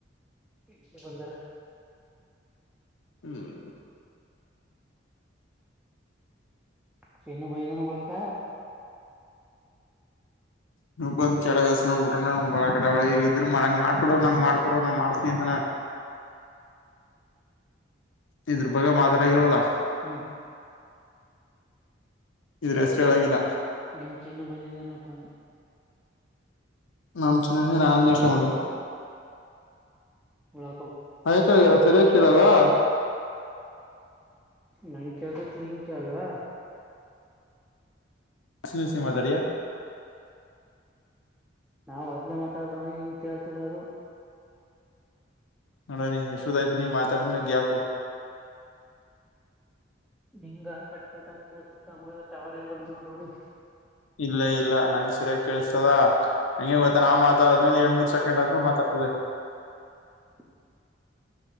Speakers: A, in the centre; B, on the left.
A: ಅಷ್ಟೇ ಬಂದರೆ
B: ಹ್ಮ್
A: ಚೆನ್ನು ಮೈಂದಾನ ಒಳಕ
B: ಬ್ ಕೆಳಗಸ ನ್ಬ ಬಿಟ್ಟ ನ ಒಳ ಕಡೆ ಒಳಗೆ ಇದ್ರು ಮ ನಂಗಗೆ ಮಾಡ್ಕೊಡು ನಂಗ್ ಮಾಡ್ಕೊಡು ನಾ ಮಾಡ್ತನಿ ಅಂತ ಹೆಲೆನ್ <inaudible> ಇದ್ರ ಬಗ್ಗೆ ಮಾತಾಡಾಗಿರೋದಾ
A: ಹ್ಮ್
B: ಇದ್ರೆ ಹೆಸರುಳಾಗಿಲ್ಲ
A: ನಿಮ ಚಿನ್ನ ಬಂದಿದ್ದನಪ್ಪ ಅಂದೆ
B: ನಮ್ ಚಿನ್ನು ನನಂದು ಇಷ್ಟ ಮತ
A: ಒಳ
B: ಯಾಕ ಸರಿಯ ಕೇಳಲ್ವಾ
A: ನಗೆ ಕೇಳ್ದತ್ ನಿನ್ ಕೇಳಲ್ವಾ
B: ಇನಿಸಿ ಮಾಡಾದಾರ
A: ನಾವ್ ಅದ್ಲೆ ಮಾತಾಡ್ತಾವಣಿ ಹಂಗ ಕೇಳ್ತಿಲ್ಲ ಅದು
B: ನೋಡ್ ಅಡೆ ಎಷ್ಟು ಆಯ್ತು ನೀ ಮಾತಾಡು ಮೇಲೆ ಗ್ಯಾಪು
A: ಹಿಂಗ ಕಟ್ ಕಟ್ಗ ಕೇಳ್ಸತ್ತ ಮುಗ ಟವರ್ ಇಲ್ ಬಣ ನೋಡಿ
B: ಇಲ್ಲ ಇಲ್ಲ ನಂಗ್ ಸರಿಯಾಗಿ ಕೇಳಿಸ್ತದ ಹಂಗೆ ಗತ್ತ ನಾ ಮಾತಾಡಿದ್ಮೇಲೆ ಎರಡ್ ಮೂರ್ ಸೆಕೆಂಡ್ ಅಂತೂ ಮಾತಾಡ್ತದೆ
A: <inaudible>